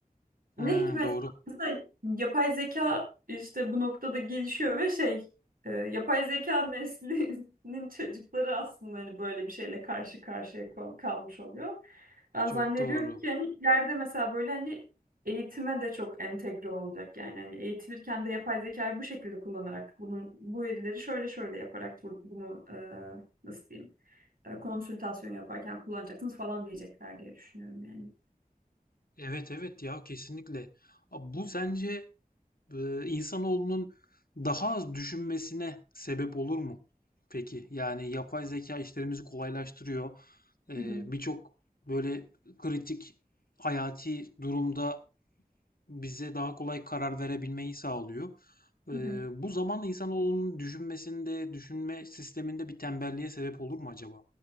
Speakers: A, on the left; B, on the right.
A: Hmm,
B: Ne hikmet
A: doğru.
B: mesela yapay zeka işte bu noktada gelişiyor ve şey e, yapay zeka neslinin <laughs> çocukları aslında hani böyle bir şeyle karşı karşıya kal- kalmış oluyor. Ben
A: Çok
B: zannediyorum
A: doğru.
B: ki hani ileride mesela böyle hani eğitime de çok entegre olacak yani hani eğitilirken de yapay zekayı bu şekilde kullanarak bunun bu verileri şöyle şöyle yaparak bu- bunu e, nasıl diyeyim e, konsültasyon yaparken kullanacaksınız falan diyecekler diye düşünüyorum yani.
A: Evet evet ya kesinlikle. Abi Bu sence eee, insanoğlunun daha az düşünmesine sebep olur mu peki? Yani yapay zeka işlerimizi kolaylaştırıyor. Eee,
B: Hı hı.
A: birçok böyle kritik, hayati durumda bize daha kolay karar verebilmeyi sağlıyor. Eee,
B: Hı hı.
A: bu zamanla insanoğlunun düşünmesinde, düşünme sisteminde bir tembelliğe sebep olur mu acaba?